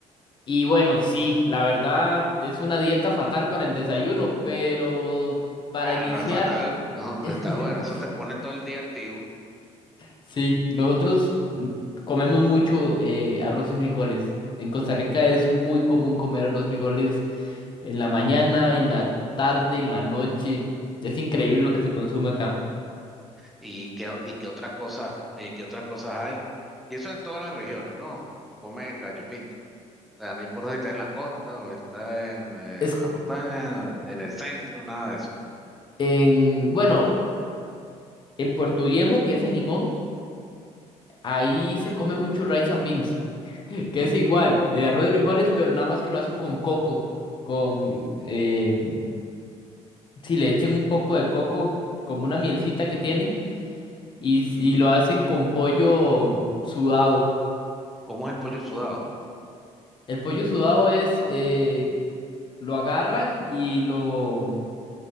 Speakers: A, on the left (about 35°); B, in the centre.
A: Y bueno, sí, la verdad es una dieta fatal para el desayuno, pero para
B: Ah,
A: iniciar,
B: no es fatal, No, hombre,
A: <laughs>
B: está bueno. Eso te pone todo el día activo.
A: sí, nosotros mm, comemos mucho eh, arroz y frijoles. En Costa Rica es muy común comer arroz y frijoles en la mañana, en la tarde, en la noche. Es increíble lo que se consume acá.
B: ¿Y qué, y qué otras cosas, y qué otras cosas hay? Y eso en todas las regiones, ¿no? Come el gallo pinto. O sea, no importa si está en la costa o está en, eh,
A: Es
B: la montaña, en el centro, nada de eso, ¿no?
A: En, bueno, en Puerto Viejo, que es en Limón, ahí se come mucho rice and beans, <laughs> que es igual, eh, arroz y frijoles, pero nada más que lo hacen con coco, con, eh, si le echan un poco de coco, como una mielcita que tienen, y, s- y lo hacen con pollo sudado.
B: ¿Cómo es el pollo sudado?
A: El pollo sudado es, eh, lo agarran y lo,